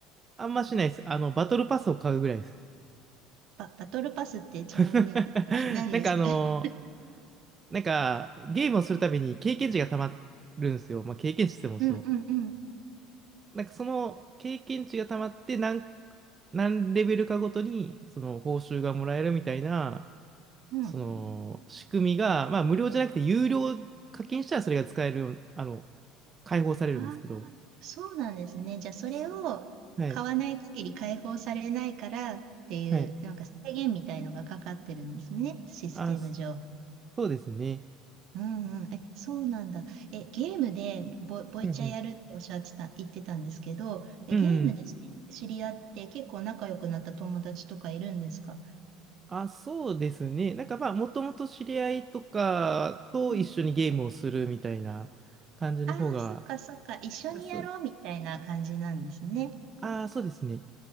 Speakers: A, on the right; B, on the right.
A: あんましないです。あの、バトルパスを買うぐらいです。
B: バ、バトルパスってちなみに何、
A: <laughs>
B: 何ですか
A: なんかあの
B: <laughs>
A: なんか、ゲームをするたびに経験値がたまるんですよ。まあ、経験値って言っても、
B: うんうんうん。
A: その、なんかその経験値がたまって何、何レベルかごとにその報酬がもらえるみたいな
B: うん。
A: その仕組みが、まあ、無料じゃなくて有料課金したらそれが使えるあの解放されるんですけど、
B: ああ、そうなんですね。じゃあそれを買わない限り解放されないからっていう、
A: そはいはい
B: なんか制限みたいのがかかってるんですね。システム上。
A: あそうですね。
B: うんうん。え、そうなんだ。え、ゲームでボ、ボイチャやるっておっしゃってた、
A: うんう
B: 言ってたんですけど、えゲームで知知り合って結構仲良くなった友達とかいるんですか
A: んうん。あ、そうですね。なんかまあ、もともと知り合いとかと一緒にゲームをするみたいな感じの方が、
B: うん。ああ、そっかそっか。一緒にやろうみたいな感じなんですね。
A: あ、そう、あ、そうですね。